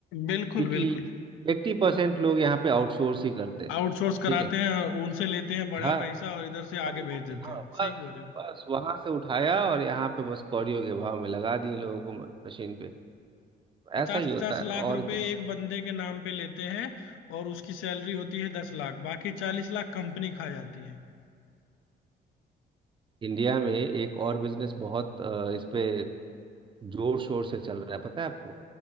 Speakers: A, on the left; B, on the right.
A: बिल्कुल
B: क्योंकि
A: बिल्कुल
B: एट्टी परसेंट लोग यहाँ पे आउटसोर्स ही करते हैं
A: आउटसोर्स
B: ठीक
A: कराते
B: है
A: हैं उनसे लेते हैं बड़ा
B: हाँ
A: पैसा और इधर से आगे
B: हम लोग
A: भेज देते
B: हाँ
A: हैं
B: बस
A: सही बोल रहे हो
B: बस वहां से उठाया और यहाँ पे बस कौड़ियों के भाव में लगा दिए लोगों को मशीन पे ऐसा
A: पचास
B: ही होता
A: पचास
B: है
A: लाख
B: और
A: रुपए
B: क्या
A: एक बंदे के नाम पे लेते हैं और उसकी सैलरी होती है दस लाख बाकी चालीस लाख कंपनी खा जाती है
B: इंडिया में एक और बिजनेस बहुत अ, इस पे जोर शोर से चल रहा है पता है आपको